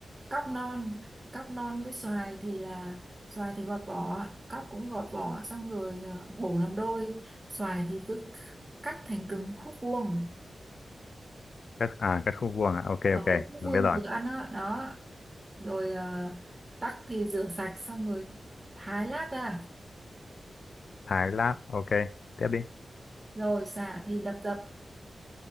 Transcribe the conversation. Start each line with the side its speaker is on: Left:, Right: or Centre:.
Right: cóc non cóc non với xoài thì là xoài thì gọt vỏ cóc cũng gọt vỏ xong rồi ờ, bổ làm đôi xoài thì cứ cắt thành cứng khúc vuông
Left: cắt à cắt khúc vuông à ok
Right: ở
Left: ok
Right: khúc
Left: mình
Right: vuông
Left: biết rồi
Right: vừa ăn đó, đó. rồi ờ, tắc thì rửa sạch xong rồi thái lát ra
Left: thái lát ok tiếp đi
Right: rồi sả thì đập dập